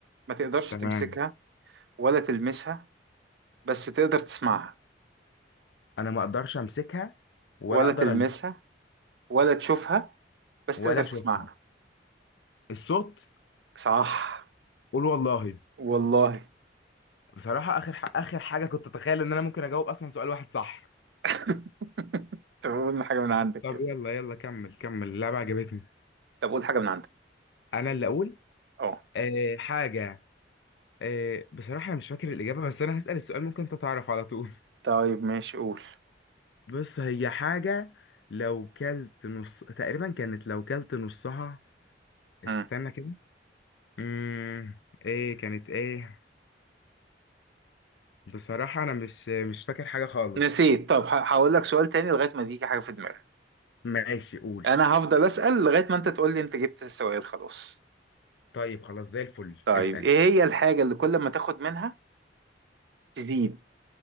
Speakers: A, on the right; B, on the left.
A: ما تقدرش
B: <laughs> تمام
A: تمسكها ولا تلمسها بس تقدر تسمعها
B: انا ما اقدرش امسكها ولا
A: ولا
B: اقدر
A: تلمسها
B: ألمسها
A: ولا تشوفها بس
B: ولا
A: تقدر
B: اشوفها
A: تسمعها
B: الصوت
A: صح
B: قول والله
A: والله
B: بصراحة اخر ح... اخر حاجة كنت اتخيل ان انا ممكن اجاوب اصلا سؤال واحد صح
A: <laughs> طب قول حاجة من عندك
B: طب
A: كده
B: يلا يلا كمل كمل اللعبة عجبتني
A: طب قول حاجة من عندك
B: انا اللي اقول
A: اه
B: آه، حاجة آه، بصراحة أنا مش فاكر الإجابة بس أنا هسأل السؤال ممكن أنت تعرف على طول
A: طيب ماشي قول
B: <laughs> بص هي حاجة لو كلت نص تقريبا كانت لو كلت نصها استنى
A: مم.
B: كده امم إيه كانت إيه بصراحة أنا مش مش فاكر حاجة خالص
A: نسيت طب ه- هقول لك سؤال تاني لغاية ما تيجي حاجة في دماغك
B: ماشي قول
A: انا هفضل اسأل لغاية ما انت تقول لي انت جبت السؤال خلاص
B: طيب خلاص زي الفل
A: طيب
B: اسأل
A: ايه هي الحاجة اللي كل ما تاخد منها تزيد